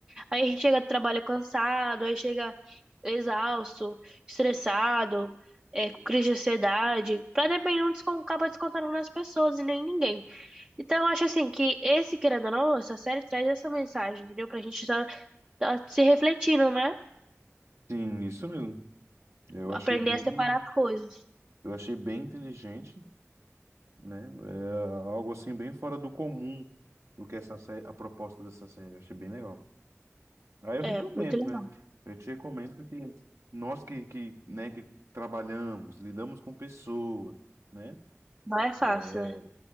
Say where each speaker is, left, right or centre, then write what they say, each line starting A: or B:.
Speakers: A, on the right; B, on the right.
A: Aí a gente chega do trabalho cansado, aí chega exausto, estressado, é, com crise de ansiedade. Pra depender, um descon- acaba descontando nas pessoas e nem ninguém. Então eu acho assim que esse, querendo ou não, essa série traz essa mensagem, entendeu? Pra gente tá, tá se refletindo, né?
B: Sim, isso mesmo. Eu
A: Aprender
B: achei bem,
A: a separar as coisas.
B: eu achei bem inteligente, né? É algo assim bem fora do comum do que essa série, a proposta dessa série. Eu achei bem legal. Aí eu
A: É,
B: recomendo,
A: muito legal.
B: né? Eu te recomendo porque nós que, que, né, que trabalhamos, lidamos com pessoas, né?
A: Não é fácil,
B: É,
A: né?